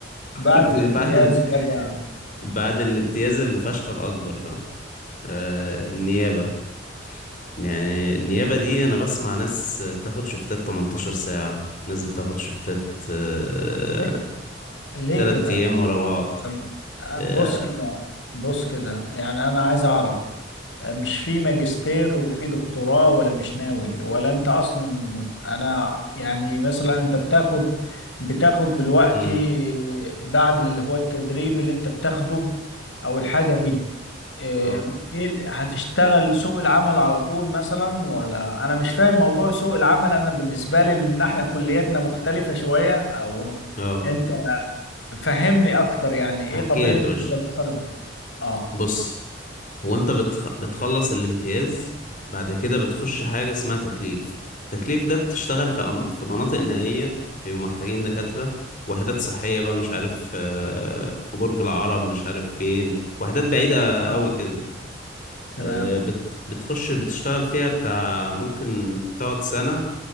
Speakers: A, on the left; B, on the left.
A: بعد
B: <laughs>
A: الامتياز
B: بعد ال...
A: بقى
B: بعد الامتياز الفشخ الأكبر بقى آه... النيابة يعني النيابة دي أنا بسمع ناس بتاخد شفتات 18 ساعة ناس بتاخد شفتات آه...
A: ليه ليه
B: تلات
A: كده
B: أيام ورا بعض
A: طب آه،
B: اه
A: بص كده بص كده يعني انا عايز اعرف مش في ماجستير وفي دكتوراه ولا مش ناوي ولا انت اصلا انا يعني مثلا انت بتاخد بتاخد دلوقتي
B: مم.
A: بعد اللي هو التدريب اللي انت بتاخده او الحاجة دي اه،
B: اه
A: ايه ال- هتشتغل سوق العمل على طول مثلا ولا انا مش فاهم موضوع سوق العمل انا بالنسبة لي ان احنا كلياتنا مختلفة شوية او
B: آه.
A: انت فهمني اكتر يعني ايه
B: احكي
A: طبيعة
B: لك يا باشا
A: انت مثلا اه
B: بص هو انت بتخ... بتخلص الامتياز بعد كده بتخش حاجة اسمها تكليف التكليف ده بتشتغل في أم... في مناطق نائية بيبقوا محتاجين دكاترة وحدات صحية بقى مش عارف آه، في برج العرب مش عارف فين وحدات بعيدة
A: اه
B: قوي كده
A: تمام
B: آه، بت... بتخش بتشتغل فيها بتاع ممكن تقعد سنة